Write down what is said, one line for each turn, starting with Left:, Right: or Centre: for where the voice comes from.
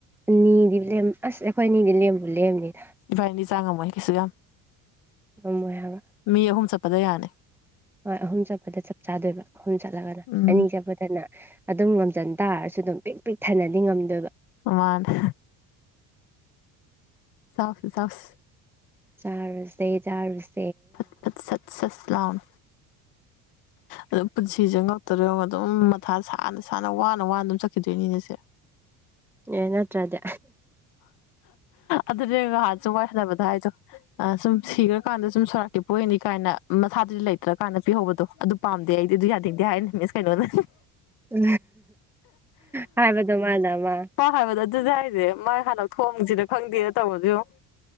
Centre: ꯅꯤꯗꯤ ꯂꯦꯝ ꯑꯁ ꯑꯩꯈꯣꯏ ꯅꯤꯗꯤ ꯂꯦꯝꯕꯨ ꯂꯦꯝꯕꯅꯤꯅ
Left: ꯏꯕꯥꯅꯤꯖꯥꯝ ꯃ ꯍꯥꯏꯈꯩꯁꯨꯒꯝ
Centre: ꯉꯝꯃꯣꯏ ꯍꯥꯏꯕ
Left: ꯃꯤ ꯑꯍꯨꯝ ꯆꯠꯄꯗ ꯌꯥꯅꯤ
Centre: ꯍꯣꯏ ꯑꯍꯨꯝ ꯆꯠꯄꯗ ꯆꯞ ꯆꯥꯗꯣꯏꯕ ꯑꯍꯨꯝ ꯆꯠꯂꯒꯅ
Left: ꯎꯝ
Centre: ꯑꯅꯤ ꯆꯠꯄꯗꯅ ꯑꯗꯨꯝ ꯉꯝꯁꯤꯟ ꯇꯥꯔꯁꯨ ꯑꯗꯨꯝ ꯄꯤꯛ ꯄꯤꯛ ꯊꯅꯗꯤ ꯉꯝꯗꯣꯏꯕ
Left: ꯃꯥꯅꯦ ꯁꯥꯁꯤ ꯆꯁ
Centre: ꯆꯥꯔꯁꯦ ꯆꯥꯔꯁ
Left: ꯐ ꯐꯠ ꯁꯠ ꯁꯠ ꯂꯥꯎꯅ ꯑꯗꯨꯝ ꯄꯨꯟꯁꯤꯁꯦ ꯉꯧꯇꯔꯣꯏ ꯑꯗꯨꯝ ꯃꯊꯥ ꯁꯥꯟꯅ ꯁꯅ ꯋꯥꯅ ꯋꯥꯅ ꯑꯗꯨꯝ ꯆꯠꯈꯤꯗꯣꯏꯅꯤꯅꯦꯁꯦ
Centre: ꯑꯦ ꯅꯠꯇ꯭ꯔꯗꯤ
Left: ꯑꯗꯨꯅꯦ ꯉꯍꯥꯟꯁꯨ ꯋꯥꯏ ꯍꯕꯗ ꯍꯥꯏꯗꯣ ꯑ ꯁꯨꯝ ꯁꯤꯈ꯭ꯔꯀꯥꯟꯗ ꯁꯨꯝ ꯁꯣꯔꯥꯛꯇꯤ ꯄꯣꯛꯅꯤ ꯀꯥꯏꯅ ꯃꯊꯥꯗꯨꯗꯤ ꯂꯩꯇ꯭ꯔꯀꯥꯟꯗ ꯄꯤꯍꯧꯕꯗꯣ ꯑꯗꯨ ꯄꯥꯝꯗꯦ ꯑꯩꯗꯤ ꯑꯗꯨ ꯌꯥꯅꯤꯡꯗꯦ ꯍꯥꯏꯅ ꯃꯤꯁ ꯀꯩꯅꯣꯅ
Centre: ꯎ ꯍꯥꯏꯕꯗꯨ ꯃꯥꯅꯃ
Left: ꯃꯥ ꯍꯥꯏꯕꯗꯣ ꯑꯗꯨꯗꯤ ꯍꯥꯏꯁꯦ ꯃꯥꯥꯏ ꯍꯟꯗꯛ ꯊꯣꯡꯁꯤꯅ ꯈꯪꯗꯦꯅ ꯇꯧꯕꯗꯨꯣ